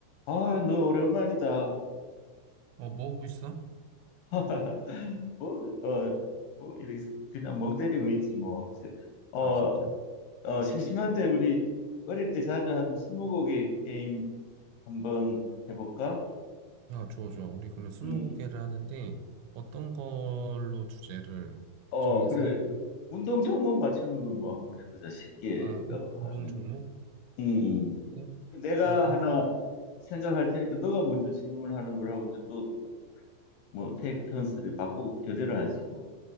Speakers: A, on the left (about 80°); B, on the right (about 90°).
A: 아, 너 오랜만이다.
B: 어, 뭐 하고 있어?
A: <laughs> 뭐, 어, 뭐, 이렇게 그냥 멍 때리고 있지, 뭐. 세- 어,
B: 아, 진짜?
A: 어, 심심한데 우리 어릴 때 자주 하던 스무고개 게임 한번 해볼까?
B: 야, 좋아, 좋아. 우리 그러면 스무고개를
A: 음,
B: 하는데 어떤 걸로 주제를
A: 어,
B: 정해서
A: 그래.
B: 할까?
A: 운동 종목 맞추는 건 뭐 한번 해보자. 쉽게,
B: 아, 운-
A: 어,
B: 운동
A: 하면.
B: 종목?
A: 음,
B: 그래.
A: 음. 내가
B: 그러면 운동
A: 하나
B: 종목.
A: 생각할 테니까 너가 먼저 질문하는 거라고 이제 또 뭐 테이크 턴스를 바꾸고 교대로 하지, 뭐.